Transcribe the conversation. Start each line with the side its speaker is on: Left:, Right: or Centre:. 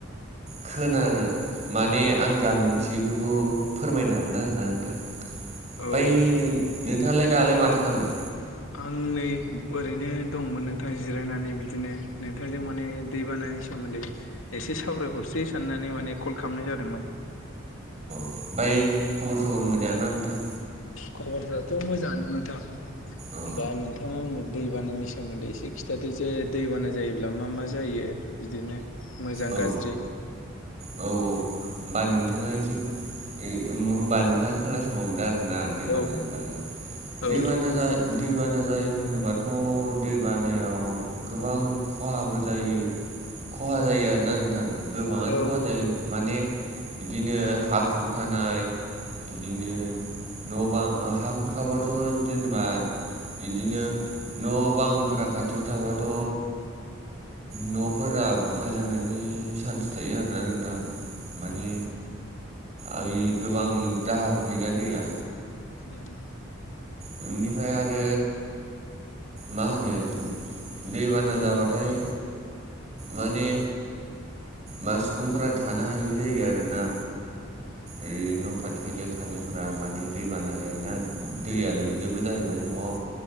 Right: खोनानो माने आं जा मोनथियो बेखौ फोरमायनो हागोन आरोना नोंथां, ओमफाय
Left: औ
Right: नों नोंथाङालाय दालाय माथो खालामदों?
Left: आं नै ओरैनो दंमोन नोंथां जिरायनानै बिदिनो नोंथांजों माने दै बाना नि सोमोन्दै एसे सावरायहरसै साननानै माने कल खालामनाय जादोंमोन।
Right: ओमफाय खबर सबर मोजांना नोंथां?
Left: खबराथ' मोजाङानो नोंथां।
Right: अ
Left: होमबा नोंथाङा आंनो दैबानानि सोमोन्दै एसे खिथादो जे दैबाना जायोब्ला मा मा जायो। बिदिनो मोजां
Right: औ
Left: गाज्रि
Right: औ औ होमबा नोंथाङा एसे होनबा नोंथाङा खोनासंलांदो आरो। ना दैबानानि
Left: औ
Right: बागै
Left: औ
Right: दैबाना जा दैबाना जाय होनोबाथ' दै बानायाव गोबां खहाबो जायो। खहा जायो आरो ना नोंथां गोबाङानो।
Left: औ
Right: खहा जायो माने बिदिनो हा खुरखानाय, बिदिनो न' बां हा खुरखाबाथ' जेनेबा बिदिनो न' बांफोरा खाथियाव थाबाथ' न'फोरा बुफायलांनायनि सान्स थायोआरो। ना नोंथां माने? आइयि गोबां दाहार फैयोना दैया
Left: उम
Right: बेनिफ्राय आरो मा होनो दैबाना जाबाथाय माने मा सुबुंफोरा थानो हायि जायो आरोना।
Left: <inaudible>
Right: ओइ न' खाथि खाथियाव थानायफोरा माने दैबाना जायोना दैया लोमजोबो जाहैबाय न'आव।